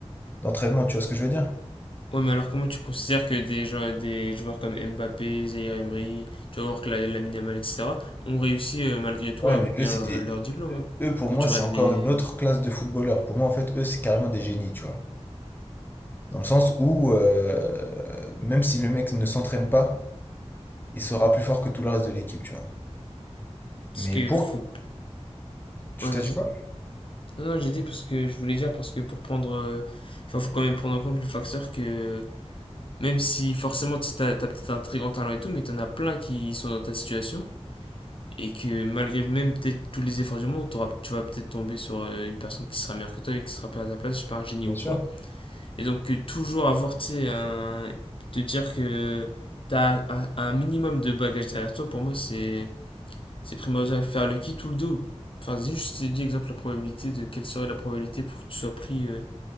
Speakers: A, on the left (about 15°); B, on the left (about 50°).
A: d'entraînement, tu vois ce que je veux dire?
B: Ouais, mais alors comment tu considères que des, gens, des joueurs comme Mbappé, Zaire Emery, tu vas voir que la, la Minamal, etc., ont réussi euh, malgré tout
A: Ouais,
B: à obtenir
A: mais eux, c'est
B: leur,
A: des.
B: leur diplôme hein,
A: Eux, pour
B: quand
A: moi,
B: tu
A: c'est
B: regardes
A: encore
B: les.
A: une autre classe de footballeurs. Pour moi, en fait, eux, c'est carrément des génies, tu vois. Dans le sens où, euh, même si le mec ne s'entraîne pas, il sera plus fort que tout le reste de l'équipe, tu vois.
B: Parce
A: Mais
B: qu'il
A: pour.
B: faut.
A: Tu
B: Ouais,
A: t'as
B: vas-y.
A: dit quoi?
B: Non, non, j'ai dit parce que je voulais dire parce que pour prendre. euh, Enfin, faut quand même prendre en compte le facteur que. Même si forcément, tu sais, t'as, t'as peut-être un très grand talent et tout, mais t'en as plein qui sont dans ta situation. Et que malgré même peut-être tous les efforts du monde, t'auras- tu vas peut-être tomber sur euh, une personne qui sera meilleure que toi et qui sera pas à ta place, je sais pas, un génie
A: Bien
B: ou
A: sûr.
B: quoi. Et donc, euh, toujours avoir, tu sais, un. Te dire que t'as un, un minimum de bagages derrière toi, pour moi, c'est, c'est primordial. Faire le qui tout le dos. Enfin, juste, je t'ai dit exemple la probabilité de quelle serait la probabilité pour que tu sois pris. euh,